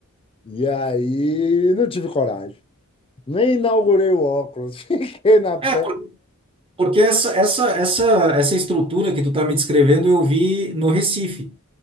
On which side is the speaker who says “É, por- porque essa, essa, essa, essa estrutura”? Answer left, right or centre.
Right